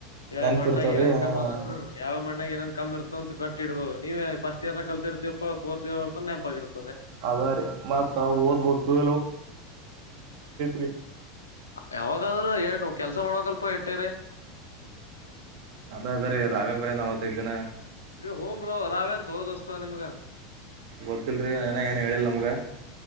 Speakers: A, on the left (about 80°); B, on the right (about 55°).
A: ಯಾವ
B: ನೆನಪಿರ್ತಾವ
A: ಮಣ್ಣಾಗ ಏನನ್
B: ರೀ ಹಾಂ
A: ಕ ಯಾವ ಮಣ್ಣಾಗ ಏನನ್ ಕಮ್ಮಿ ಇತ ಅಂತ ಗಟ್ ಇಡಬೋ ನೀವ ಫರ್ಟ್ಸ್ ಇಯರ್ಾಗ ಕಲ್ತಿ ಇರ್ತಿಪ್ಪಫೋರ್ ಇಯರ್ತ ನೆಪಾಗಿಿತ್ತೆ <inaudible>
B: ಅದ ರಿ ಮತ್ ಅವವ ಒದ್ಬೇಕು <unintelligible> <unintelligible>
A: ಯಾವಾಗಾದ್ರೂ ಎಟು ಕೆಲ್ಸ ಮಾಡೋಕಲ್ಪ ಎಟ್ಟೇರಿ
B: ಅದೇ ಅ ಅದ್ರೀ ರಾಗ ಬೇರ ನಲ್ವತ್ತೈದ್ ದಿನ
A: ಏ ಹೂ ಬ್ರೋ ರಾವೇಂತೋ ದೋಸ್ತ ನಿಮ್ಗ.
B: ಗೊತ್ತಲ್ರಿ ಏನ ಏನ್ ಹೇಳಿಿಲ್ಲ ನಮ್ಗ.